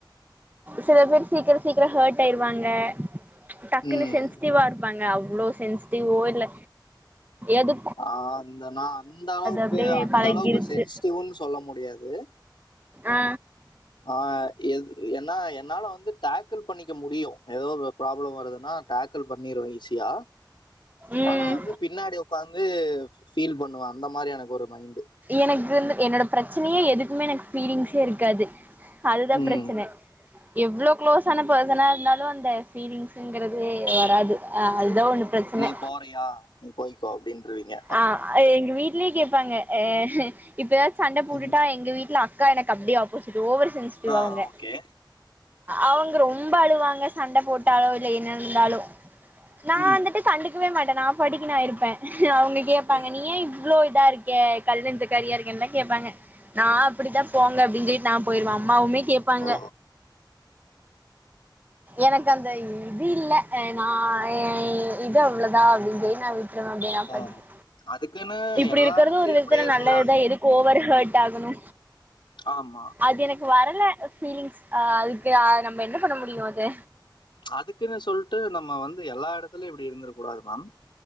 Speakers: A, on the right; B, on the left.
A: சில பேர் சீக்கிரோ சீக்கிரோ ஹர்ட் ஆயிருவாங்க டக்குன்னு
B: ம்
A: சென்சிட்டிவா இருப்பாங்க அவ்ளோ சென்சிட்டிவோ இல்ல எது
B: ஆ அந்தனா அந்த அந்த அளவுக்கு
A: அப்டியே
B: அந்த
A: பழகிருச்சு
B: அளவுக்கு சென்சிட்டிவ்ன்னு சொல்ல முடியாது
A: ஆ
B: ஆ எது எனா என்னால வந்து டேக்கிள் பண்ணிக்க முடியு ஏதோ ஒரு ப்ராப்ளம் வருதுன்னா டேக்கல் பண்ணிருவ ஈஸியா
A: ம்
B: ஆனா வந்து பின்னாடி ஒக்காந்து ஃபீல் பண்ணுவ அந்த மாரி எனக்கு ஒரு மைண்ட்
A: எனக்குந்து என்னோட பிரச்சனையே எதுக்குமே எனக்கு ஃபீலிங்ஸே இருக்காது அதுதா
B: ம்
A: பிரச்சன எவ்ளோ க்ளோஸ் ஆன பேர்சனா இருந்தாலு அந்த ஃபீலிங்ஸுங்குறது வராது அ ஒன்னு பிரச்சன
B: நீ போறியா நீ போய்கோ அப்டின்றுவீங்க
A: ஆ எங்க வீட்லயே கேப்பாங்க அ இப்ப எதாது சண்ட போட்டுட்டா
B: ம்.
A: எங்க வீட்ல அக்கா எனக்கு அப்டியே ஆப்போசிட் ஓவர் சென்சிட்டிவ்
B: ஆ
A: அவுங்க
B: ஓகே
A: அவுங்க ரொம்ப அழுவாங்க சண்ட போட்டாலோ இல்ல என்ன இருந்தாலு நா
B: ம்
A: வந்துட்டு கண்டுக்கவே மாட்ட நா பாட்டுக்கு நா இருப்ப அவுங்க கேப்பாங்க
B: ம்.
A: நீ ஏ இவ்ளோ இதா இருக் க கல் நெஞ்ச காரியா இருக்கன்லா கேப்பாங்க நா அப்படித்தா போங்க அப்டின்னு சொல்லிட்டு நா போயிருவ அம்மாவுமே கேப்பாங்க
B: ஓ
A: எனக்கு அந்த இது இல்ல நா எ இது அவ்ளோதா அப்டின் சொல்லி நா விட் ருவ அப்டே நா
B: ஆ.
A: பாட்டிக்கி
B: அதுக்குன்னு
A: இப்புடி
B: எல்லா
A: இருக்குறது
B: இடத்துலயும்
A: ஒரு விதத்துல
B: இப்படியே இருந்துடாதீங்க
A: நல்லதுதா எது ஓவர் ஹட் ஆகணு
B: ஆமா
A: அது எனக்கு வரல ஃபீலிங்ஸ் அ அதுக்கு நம்ம என்ன பண்ண முடியு அது
B: அதுக்குன்னு சொல்ட்டு நம்ம வந்து எல்லா எடத்துலயு இப்டி இருந்திட கூடாது மேம்